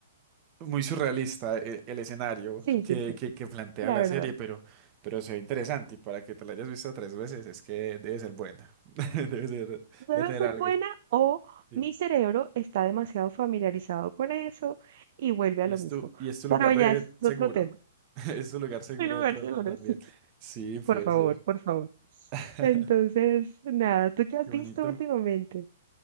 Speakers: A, on the right (about 35°); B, on the right (about 55°).
A: muy surrealista eh, el, escenario
B: Sí,
A: que,
B: sí, sí,
A: que, que plantea
B: la
A: la
B: verdad.
A: serie, pero, pero se ve interesante y para que te la hayas visto tres veces es que debe ser buena, <laughs> debe ser,
B: Debe
A: debe tener
B: ser
A: algo.
B: buena o
A: sí.
B: mi cerebro está demasiado familiarizado con eso y vuelve
A: Y
B: a lo
A: es
B: mismo.
A: tu, y es tu lugar
B: Pero
A: de
B: ya es
A: seguro,
B: otro tema.
A: <laughs> es tu lugar seguro
B: El lugar
A: de pronto
B: seguro,
A: también.
B: sí.
A: Sí, puede
B: Por favor,
A: ser.
B: por favor.
A: <laughs>
B: Entonces, nada, ¿tú qué has
A: Qué
B: visto
A: bonito.
B: últimamente?